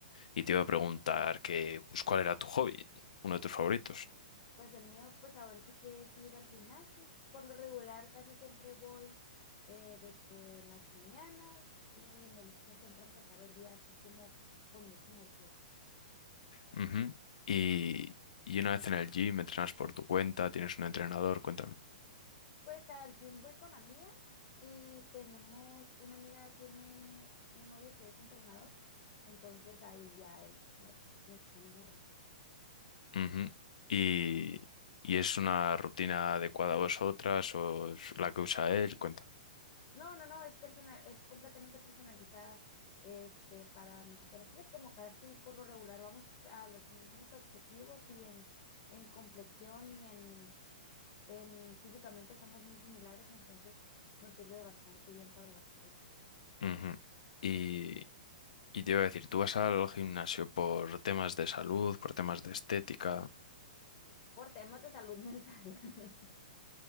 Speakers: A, on the left; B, on the left.
A: y te iba a preguntar que, pues, ¿cuál era tu hobby? Uno de tus favoritos.
B: Pues el mío, pues ahora sí que es ir al gimnasio. Por lo regular, casi siempre voy eh, de que en las mañanas y me gusta siempre empezar el día así como con mucha energía.
A: Ujú. Y, y una vez en el gym, entrenas por tu cuenta, tienes un entrenador, cuéntame.
B: Pues al gym voy con amigas y tenemos, una amiga tiene un novio que es entrenador, entonces ahí ya él nos, nos pone la rutina.
A: Ujú. Y, y es una rutina adecuada a vosotras o es la que usa él, cuenta.
B: No, no, no, es personal, es completamente personalizada, este, para nosotras tres, como casi por lo regular vamos a los mismos objetivos y en, en complexión y en, en físicamente somos muy similares, entonces nos sirve bastante bien para las tres.
A: Ujú. Y, Y te iba a decir, tú vas al gimnasio por temas de salud, por temas de estética, o
B: Por temas de salud mental. <laughs>